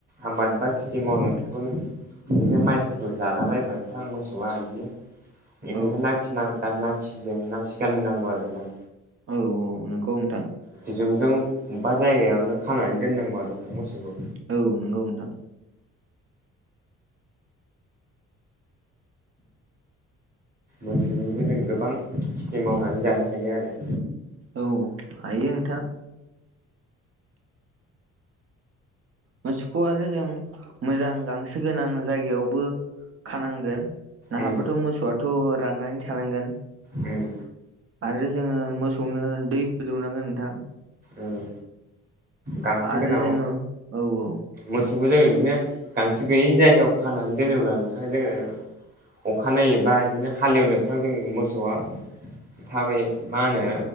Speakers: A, on the right; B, on the right.
A: आबाद बा खेथि मावनायफोरखौनो बिदिनो माइफोरखौ जालाबायबा नोंथां मोसौआ बिदिनो ओंखायनो
B: औ
A: नाखिजों ना खि गान नांगौ आरो नोंथां।
B: औ औ नोंगौ नोंथां
A: दिदुंजों अबेबा जायगायावनो खानानै दोननांगौ आरो नोंथां मोसौखौ
B: औ नंगौ नोंथां
A: मोसौजोंबो जों गोबां खेथि मावनानै जानो हायो आरो।
B: औ हायो नोंथां। मोसौखौ आरो जों मोजां गांसो गोनां जायगायावबो खानांगोन। नाहाबाथ'
A: उम
B: मोसौआथ' राननानै थानांगोन।
A: उम
B: आरो जोङो मोसौनो दैबो दौनांगोन नोंथां।
A: उम गांसो
B: आरो
A: गोनां
B: जोङो औ औ
A: मोसौखौ जों बिदिनो गांसो गैयै जायगायाव खानानै दोनोब्ला नोंथाङा जोङो अखानायोबा बिदिनो हालेवनायफ्राव जों मोसौआ थाबाय मा होनो